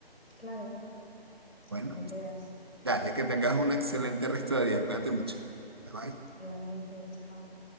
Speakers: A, on the left; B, on the right.
A: Claro,
B: Bueno,
A: cuando puedas.
B: dale, que tengas un excelente resto de día. Cuídate mucho. Bye, bye.
A: Igualmente, chao.